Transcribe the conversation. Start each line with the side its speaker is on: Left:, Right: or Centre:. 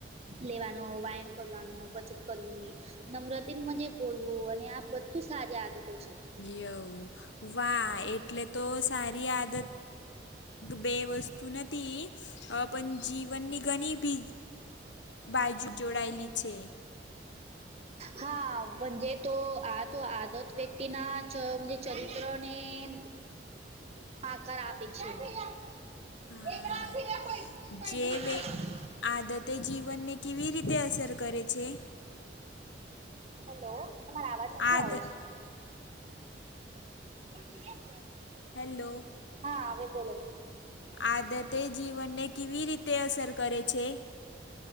Right: લેવાનો વ્યાયામ કરવાનો બચત કરવીની નમ્રતી મજ બોલવું અને આ બધું સારી આદતો છે.
Left: યવ વાહ એટલે તો સારી આદત બે વસ્તુ નથી અપ જજીવનની ઘણી બી બાજુ જોડાયેલી છે.
Right: હાજ તો આ તો આદત વ્યક્તિના ચ ચરિત્ર ની આકાર આપે છે <unintelligible>
Left: હા જે વ આદતે જીવનને કેવી રીતે અસર કરે છે.
Right: હ તમારે અવાજ નથી
Left: આદ
Right: આવ <unintelligible>
Left: હેલો
Right: હા આવે બોલો
Left: આદતે જીવનને કેવી રીતે અસર કરે છે.